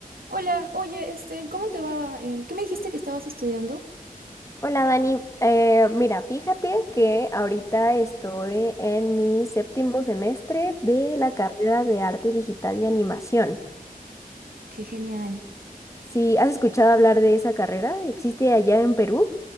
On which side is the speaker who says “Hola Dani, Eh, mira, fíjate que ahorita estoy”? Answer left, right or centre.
Left